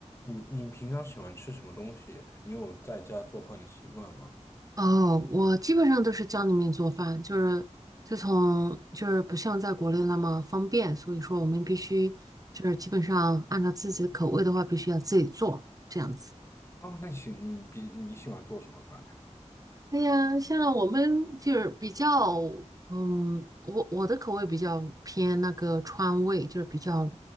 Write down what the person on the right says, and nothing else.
哦，我基本上都是家里面做饭，就是自从就是不像在国内那么方便，所以说我们必须就是基本上按照自己的口味的话，必须要自己做这样子。
哎呀，像我们就是比较，嗯，我我的口味比较偏那个川味，就是比较